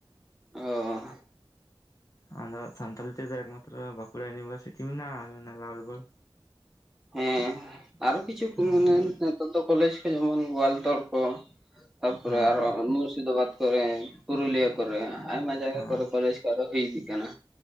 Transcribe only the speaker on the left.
ᱦᱩᱸ᱾ ᱟᱫ ᱥᱟᱱᱛᱟᱞᱤ ᱛᱮ ᱫᱚ ᱮᱠ‌ ᱢᱟᱛᱨᱚ ᱵᱟᱠᱩᱲᱟ ᱤᱭᱩᱱᱤᱵᱷᱟᱨᱥᱤᱴᱤ ᱢᱮᱱᱟᱜᱼᱟ ᱟᱨ ᱚᱱᱟ ᱞᱟᱞᱜᱚᱲ᱾
ᱦᱮᱸ
ᱦᱮᱸ
ᱦᱮᱸ